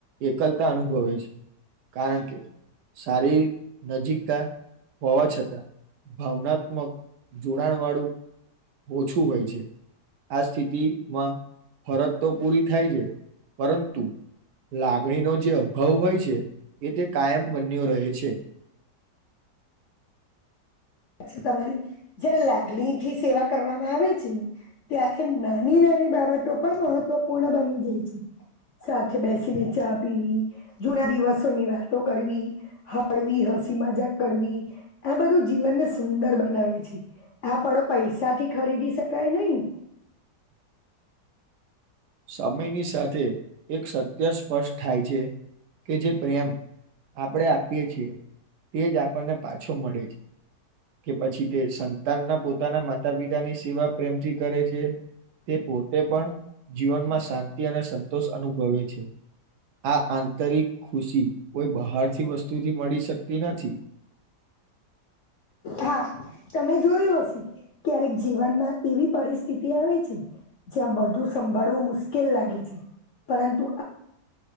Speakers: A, on the right (about 75°); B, on the left (about 65°).
A: એકલતા અનુભવે છે. કારણ કે શારીરિક નજીકતા હોવા છત તા ભાવનાત્મક જોડાણ વાળું ઓછું હોય છે. આ સ્થિતિમાં ફરજ તો પૂરી થાય છે પરંતુ લાગણીનો જે અભાવ હોય છે એ તે કાયમ બન્યો રહે છે. <inaudible>
B: પછ તમારી જયારે લાગડી થી સેવા કરવામાં આવે છે ત્યારે નાની નાની ની બાબતો પણ મહત્વપૂર્ણ બની જાય છે સાથે બેસીને ચા પીવી જૂના દિવસોની વાતો કરવી હળવી હ મજા કરવી આ બધું જીવન સુંદર બનાવે છે આ પળો પૈસાથી ખરીદી શકાય નહી
A: <inaudible> સમયની સાથે એક સત્ય સ્પષ્ટ થાય છે કે જે પ્રેમ આપણે આપીએ છીએ તે જ આપણને પાછો મળે છે કે પછી તે સંતાનના પોતાના માતા પિતાની સેવા પ્રેમથી કરે છે તે પોતે પણ માં શાંતિ અને સંતોષ અનુભવે છે આ આંતરિક ખુશી કોઈ બહાર થી વસ્તુથી મળી શકતી નથી
B: હા તમે જોયું હશે ક્યારેક જીવનમાં એવી પરિસ્થિતિ આવે છે જ્યાં બધું સંભાળવું મુશ્કેલ લાગે છે પરંતુ